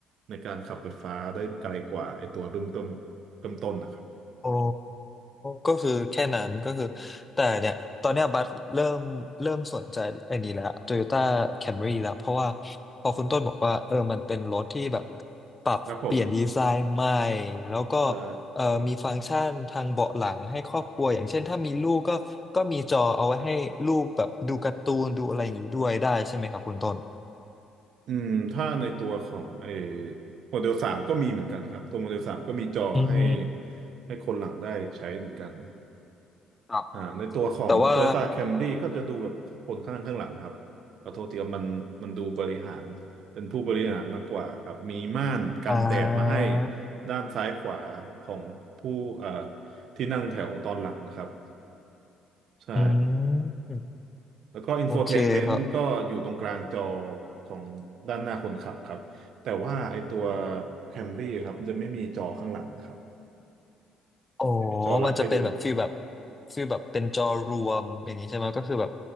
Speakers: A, on the right; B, on the left.
A: ในการขับไฟฟ้าได้ไกลกว่าไอตัวเริ่มต้นเริ่มต้นนะครับ
B: อ๋อก็คือแค่นั้นก็คือแต่เนี่ยตอนเนี้ยบัสเริ่มเริ่มสนใจไอ้นี่แล้ว Toyota Camry แล้วเพราะว่าพอคุณต้นบอกว่าเออมันเป็นรถที่แบบปรับเปลี่ยนดีไซน์ใหม่
A: ครับผม
B: แล้วก็
A: ใช่
B: เออมีฟังก์ชันทางเบาะหลังให้ครอบครัวอย่างเช่นถ้ามีลูกก็ก็มีจอเอาไว้ให้ลูกแบบดูการ์ตูนดูอะไรอย่างนี้ด้วยได้ใช่ไหมครับคุณต้น
A: อืมถ้าในตัวของไอโมเดลสามก็มีเหมือนกันครับตัวโมเดลสามก็มีจอให้
B: อืม
A: ให้คนหลังได้ใช้เหมือนกัน
B: ครับ
A: อ่าในตัวของ
B: แต่ว่า
A: Toyota Camry ก็จะดูแบบคนข้างหน้าข้างหลังครับขอโทษทีครับมันมันดูบริหารเป็นผู้บริหารมากกว่าครับมีม่านกันแดดมาให้
B: อ่า
A: ด้านซ้ายขวาของผู้เอ่อที่นั่งแถวตอนหลังนะครับใช่
B: อืม
A: แล้วก็อินโฟเทนเมนต์ก็อยู่ตรงกลางจอ
B: โอเคครับ
A: ของด้านหน้าคนขับครับแต่ว่าไอตัว Camry ครับมันจะไม่มีจอข้างหลังนะครับ
B: อ๋อ
A: ไม่มีจอหลังให้ดู
B: มันจะเป็นแบบฟีลแบบฟีลแบบเป็นจอรวมอย่างนี้ใช่ไหมก็คือแบบ